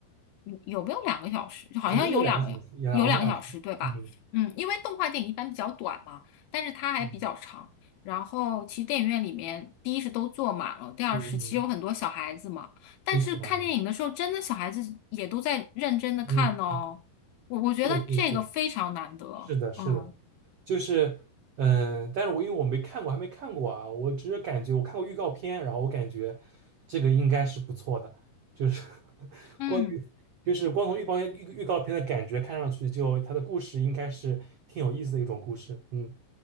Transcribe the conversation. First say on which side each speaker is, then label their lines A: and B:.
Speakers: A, on the left (about 75°); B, on the right (about 75°).
A: 有有没有两个小时？就好像有两个有两个小时，
B: 肯定有两个小时，有两个多小时，
A: 对吧？
B: 嗯
A: 嗯，因为动画电影一般比较短嘛，但是它还比较长。
B: 嗯
A: 然后，其实电影院里面，第一是都坐满了，第二是其实有很多小孩子嘛。
B: 嗯嗯，嗯
A: 但是看电影的时候，
B: 挺喜欢的，
A: 真的小孩子也都在认真的看哦。
B: 嗯，嗯
A: 我我觉得这个非常难得。
B: 对对对，是的，是的，
A: 嗯
B: 就是，嗯，呃但是我因为我没看过，还没看过啊，我只是感觉我看过预告片，然后我感觉这个应该是不错的，就是 <laughs>
A: 嗯。
B: 光就是光从预告片预预告片的感觉看上去就，它的故事应该是挺有意思的一种故事，嗯